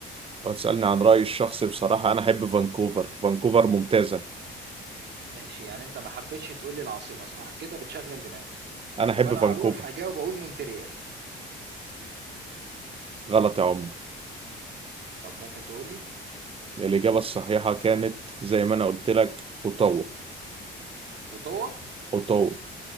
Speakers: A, on the right; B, on the right.
A: لو تسألني عن رأيي الشخصي بصراحة انا احب فانكوفر فانكوفر ممتازة
B: ماشي يعني انت ما حبيتش تقول لي العاصمة صح كده بتشغل دماغك
A: انا احب
B: طب انا
A: فانكوفر
B: هروح هجاوب اقول مونتريال
A: غلط يا عمر
B: طب ممكن تقول لي
A: الإجابة الصحيحة كانت زي ما انا قلت لك اوتوا
B: اوتاوا
A: اوتوا